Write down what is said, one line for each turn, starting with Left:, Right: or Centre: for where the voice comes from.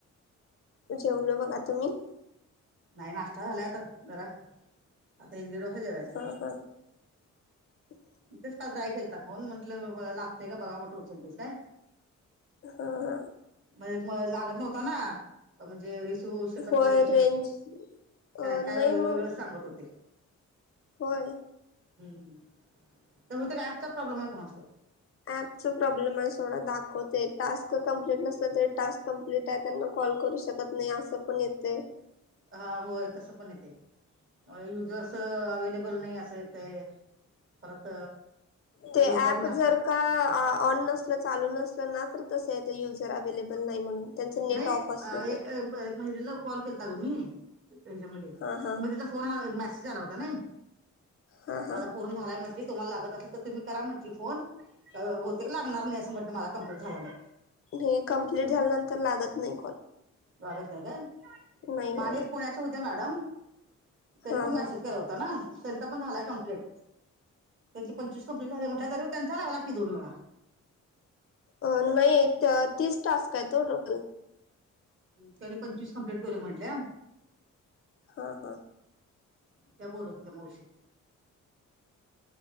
Left: जेवलो बघा तुम्ही?
Right: नाही नाश्ता झाला आता जरा आता एक दीड वाजता जेवायचं.
Left: हा हा <inaudible>
Right: तेच काल ट्राय केलता फोन म्हटलं लागतोय का बघाव म्हटलं उचलतीस काय?
Left: ह ह!
Right: म्हणजे म लागत नव्हत ना म्हणजे रिसिव्ह होऊ शकत
Left: होय
Right: नाही
Left: रेंज अ
Right: काय काय
Left: नाही
Right: वेगळंच
Left: मग
Right: सांगत होते.
Left: होय.
Right: हम्म त्यामुळं तो ॲपचा प्रॉब्लेम आहे का कुणास ठाऊक
Left: ऍप्पचा प्रॉब्लेम आहे सोडा दाखवते टास्क कंप्लीट नसल ते टास्क कंप्लीट आहे त्यांना कॉल करू शकत नाही असं पण येतय
Right: हा होय तसं पण येते. अ युजर्स अवेलेबल नाही असे येते. परत
Left: ते
Right: युजर
Left: ऍप
Right: ना
Left: जर का ऑन नसल चालू नसल ना तर तस युजर अव्हेलेबल नाही म्हणून. त्यांचं नेट
Right: नाही
Left: ऑफ
Right: अ
Left: असलं तर
Right: एक महिलेला कॉल केलता ग मी त्याच्यामध्ये
Left: हा हा
Right: मग तिचा फोन मेसेज आला होता नाही.
Left: हा हा
Right: माझा पूर्ण झालाय म्हण्ट ली तुम्हाला लागत असेल तर तुम्ही करा म्हटली, फोन बहुतेक लागणार नाही अस म्हट मला कंप्लीट झाल्यामुळे.
Left: हे कंप्लीट झाल्यानंतर लागत नाही कॉल
Right: लागत नाही काय
Left: नाही
Right: म
Left: लागत
Right: आणि एक पुण्या च्या होत्या मॅडम त्यांनी
Left: हा
Right: पण मेसेज
Left: हा
Right: केला होता ना. त्यांचा पण झालाय कंप्लीट त्यांची पंचवीस कंप्लीट झाली म्हटलं तरी त्यांचा लागला की दोन वेळा
Left: अ नाही तीस टास्क आहेत ओ टोटल.
Right: त्यांनी पंचवीस कंप्लीट केलोय म्हंटल्या.
Left: हा हा!
Right: त्या बोलत होत्या मावशी.